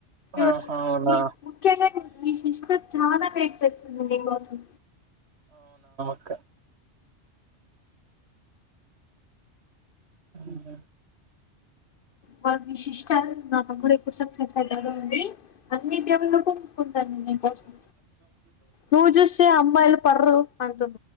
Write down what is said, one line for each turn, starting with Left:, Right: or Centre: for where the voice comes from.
Left: యు
Right: ఆహా
Left: సి
Right: అవునా
Left: ముఖ్యంగా మీ సిస్టర్ చాలా వెయిట్ చేస్తుంది నీకోసం
Right: కరెక్ట్ అవున
Left: వాళ్ విశిష్టాలు నాన్న కూడా ఎక్కువ సేపు సక్సెస్ అయితడో ఉంది అన్నిటబుల్లకు <unintelligible> నీకోసం నువ్వు చూస్తే అమ్మాయిలు పర్రు అంటు